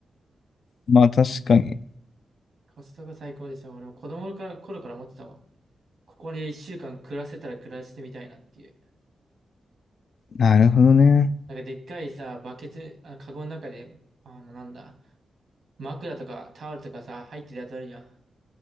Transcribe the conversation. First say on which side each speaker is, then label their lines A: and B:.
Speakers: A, on the left (about 60°); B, on the right (about 60°).
A: まあ確かに。
B: コストコ最高ですよ。俺も子供から、頃から思ってたわ。ここで1週間暮らせたら暮らしてみたいなっていう。
A: なるほどね。
B: なんかでっかいさ、バケツ、あ、カゴの中で、あの、なんだ、枕とかタオルとかさ、入ってるやつあるじゃん。